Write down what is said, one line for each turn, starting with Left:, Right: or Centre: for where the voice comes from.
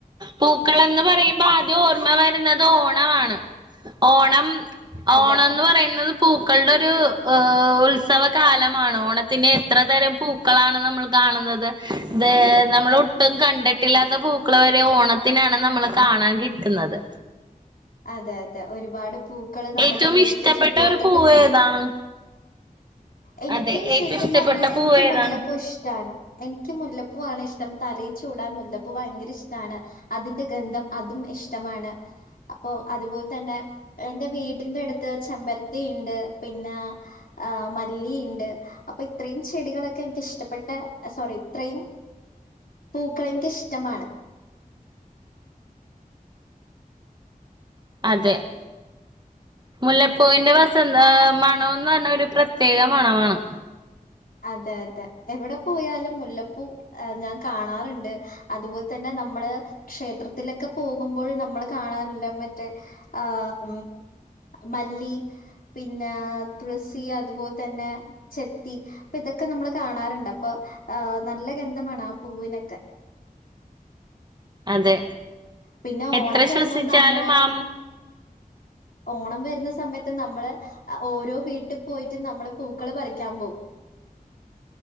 Right: പൂക്കളന്ന് പറയുമ്പോ ആദ്യം ഓർമ്മ വരുന്നത് ഓണമാണ് ഓണം
Left: അതെ
Right: ഓണം എന്ന് പറയുന്നത് പൂക്കളുടെ ഒരു ഉം ഉത്സവകാലമാണ് ഓണത്തിന്റെ എത്ര തരം പൂ പൂക്കളാണ് നമ്മൾ കാണുന്നത് ഇ നമ്മൾ ഒട്ടും കണ്ടി കില്ലാത്ത പൂക്കൾ വരെ ഓണത്തിനാണ് നമ്മള് കാണാൻ കിട്ടുന്നത്
Left: അതെ അതെ ഒരുപാട് പൂക്കള് നമ്മുടെ
Right: ഏറ്റവും
Left: വീട്ട്
Right: ഇഷ്ടപ്പെട്ട
Left: ചുറ്റുവട്ടത്തിലുണ്ട്
Right: ഒരു പൂവ് ഏതാണ്
Left: എനിക്ക്
Right: അതെ ഏറ്റവും
Left: ശരിക്കും
Right: ഇഷ്ടപ്പെട്ട
Left: പറഞ്ഞാൽ എനിക്ക്
Right: പൂവ് ഏതാണ്
Left: മുല്ലപൂ ഇഷ്ട ഇടാണ് എനിക്ക് മുല്ലപ്പൂവാണ് ഇഷ്ടം തലയിൽ ചൂടാൻ മുല്ലപ്പൂ ഭയങ്കര ഇഷ്ടമാണ് അതിന്റെ ഗന്ധം അതും ഇഷ്ടമാണ് അപ്പൊ അതുപോലെ തന്നെ എന്റെ വീട്ടിന്റെ അടുത്ത് ചെമ്പരത്തി ഉണ്ട് പിന്നെ ആ മല്ലി ഇണ്ട് അപ്പൊ ഇത്രയും ചെടികളൊക്കെ എനിക്ക് ഇഷ്ടപ്പെട്ട സോറി ഇത്രയും പൂക്കളെ എനിക്കി ഇഷ്ടമാണ്
Right: അതെ മുല്ലപ്പൂവിന്റെ വസന്ത മണം ന്ന് പറഞ്ഞാ ഒരു പ്രത്യേക മണമാണ്
Left: അതെ അതെ എവിടെ പോയാലും മുല്ലപ്പൂ ഞാൻ കാണാറുണ്ട് അതുപോലെ തന്നെ നമ്മള് ക്ഷേത്രത്തിലൊക്കെ പോകുമ്പോൾ നമ്മള് കാണാനുള്ള മറ്റേ ആഹ് മല്ലി പിന്നെ തുളസി അതുപോലെ തന്നെ ചെത്തി അപ്പൊ ഇതൊക്കെ നമ്മൾ കാണാറുണ്ട് അപ്പൊ നല്ല ഗന്ധമാണ് ആ പൂവിനൊക്കെ
Right: അതെ
Left: പിന്നെ
Right: എത്ര
Left: ഓണം വരുമ്പോം
Right: ശ്വസിച്ചാലും
Left: നമ്മള്
Right: ആ
Left: ഓണം വരുന്ന സമയത്ത് നമ്മള് ഓരോ വീട്ടിൽ പോയിട്ട് നമ്മള് പൂക്കള് പറിക്കാൻ പോവും